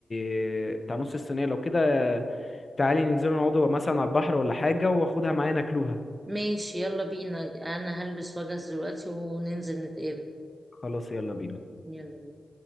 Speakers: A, on the left (about 40°); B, on the right (about 20°).
A: آه، بتاع نص الصينيه لو كده تعالي ننزل نقعد مثلا على البحر ولا حاجه واخدها معايا ناكلوها
B: ماشي يلا بينا انا هلبس واجهز دلوقتي وننزل نتقابل
A: خلاص يلا بينا
B: يلا بينا